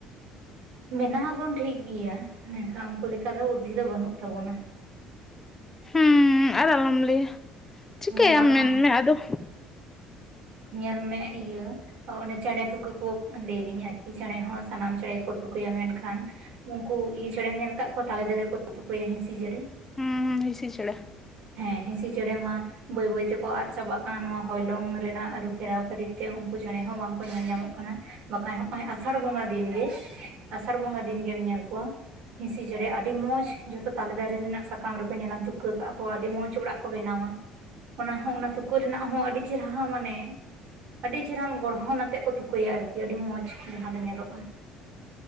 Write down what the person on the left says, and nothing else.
ᱦᱩᱸ ᱟᱨ ᱟᱞᱚᱢ ᱞᱟᱹᱭᱟ, ᱪᱤᱠᱟᱹᱭᱟᱢ
ᱢᱮᱱ
ᱢᱮ ᱟᱫᱚ᱾
ᱦᱩᱸ ᱦᱤᱥᱤ ᱪᱮᱬᱮ᱾